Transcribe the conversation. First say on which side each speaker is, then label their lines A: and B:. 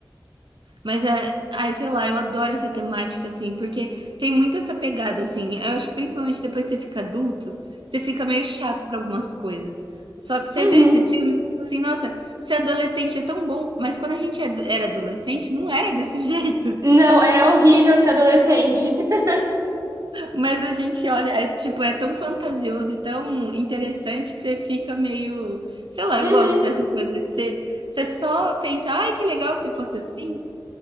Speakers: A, on the right; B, on the right.
A: mas é, ai, sei lá, eu adoro essa temática, assim, porque tem muito essa pegada, assim. Eu acho que principalmente depois que você fica adulto, você fica meio chato para algumas coisas. Só que você
B: Uhum.
A: vê esses filmes e fica assim, nossa, ser adolescente é tão bom, mas quando a gente é- era adolescente, não era desse <laughs> jeito.
B: Não, era horrível ser adolescente. <laughs>
A: Mas a gente olha, é, tipo, é tão fantasioso e tão interessante que você fica meio. Sei lá, eu
B: Uhum.
A: gosto dessas coisas que você, você só pensa, ai, que legal se fosse assim.